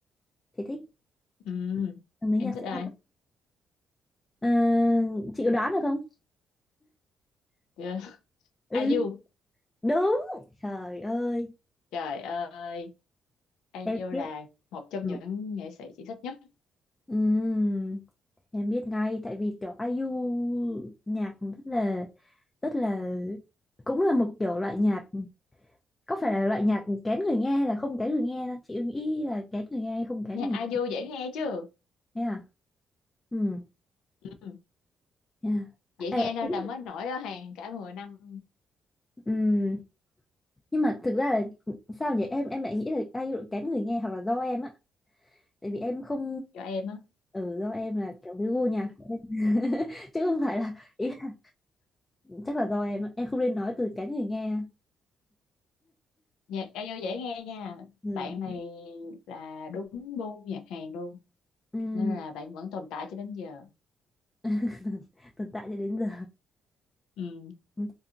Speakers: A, on the left; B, on the left.
A: thấy thích
B: ừ
A: mấy
B: em
A: nhạc
B: thích
A: sĩ
B: ai
A: Hàn Ờ, chị có đoán được không
B: Chưa.
A: ừ
B: IU
A: đúng trời ơi
B: <laughs> trời ơi IU
A: em biết
B: là một trong
A: Ừ.
B: những nghệ sĩ chị thích nhất
A: Ừm, em biết ngay tại vì kiểu ai IU nhạc rất là rất là cũng là một kiểu loại nhạc có phải là loại nhạc kén người nghe hay là không kén người nghe đâu? chị nghĩ là kén người nghe hay không kén
B: nhạc
A: người
B: IU dễ nghe chứ
A: nghe à ừ
B: ừ.
A: Yeah.
B: dễ
A: Ê,
B: nghe
A: em
B: nên
A: cũng-
B: là mới nổi ở hàng cả mười năm
A: ừm, Nhưng mà thực ra là sao nhỉ em em lại nghĩ là IU kén người nghe hoặc là do em á tại vì em không
B: cho em á
A: ở do em là kiểu cái gu nhạc <laughs> chứ không phải là ý là chắc là do em á. em không nên nói từ kén người nghe
B: nhạc IU dễ nghe nha
A: ừ.
B: bạn này là đúng gu nhạc Hàn luôn
A: ừm,
B: nên là bạn vẫn tồn tại cho đến giờ
A: <laughs> tồn tại cho đến giờ
B: ừ
A: Ừ,